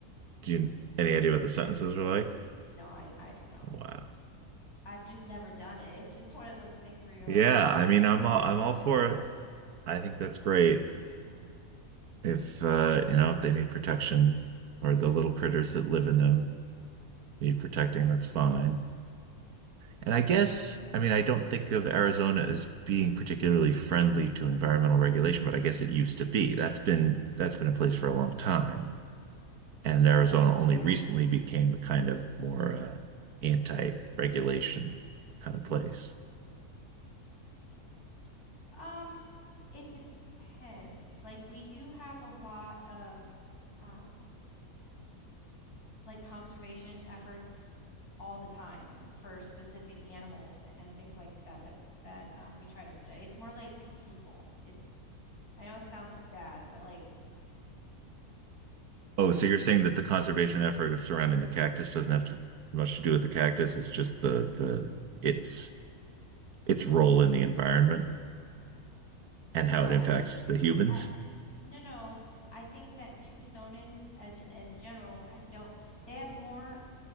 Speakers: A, on the right (about 75°); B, on the left (about 80°).
A: Do you any idea what the sentences are like?
B: No, I I don't know.
A: Wow.
B: I've just never done it. It's just one of those things where you're
A: Yeah,
B: like,
A: I mean, I'm
B: yeah,
A: all
B: I'm
A: I'm all
B: not
A: for
B: going to do
A: it.
B: that.
A: I think that's great. If uh, you know, if they need protection or the little critters that live in them need protecting, that's fine. And I guess, I mean, I don't think of Arizona as being particularly friendly to environmental regulation, but I guess it used to be. That's been that's been in place for a long time. And Arizona
B: Yes,
A: only
B: yeah.
A: recently became the kind of more uh, anti-regulation kind of place.
B: Um, it depends. Like we do have a lot of um like conservation efforts all the time for specific animals and things like that that that um we try to protect. It's more like people. It's I know it sounds bad, but like
A: Oh, so you're saying that the conservation effort of surrounding the cactus doesn't have to much to do with the cactus. It's just the the its its role in the environment and how
B: no,
A: it impacts the humans.
B: I no no. I think that Tucsonans as as general ha- don't they have more